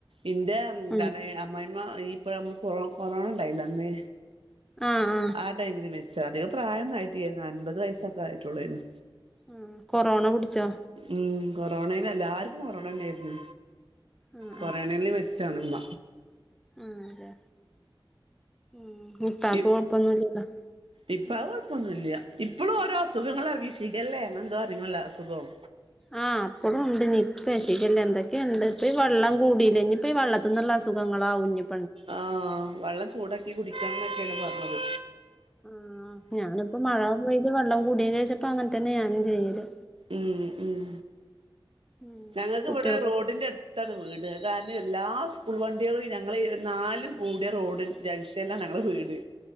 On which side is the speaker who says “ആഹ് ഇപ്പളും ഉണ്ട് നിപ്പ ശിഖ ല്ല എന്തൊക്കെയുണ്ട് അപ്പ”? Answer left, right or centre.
Centre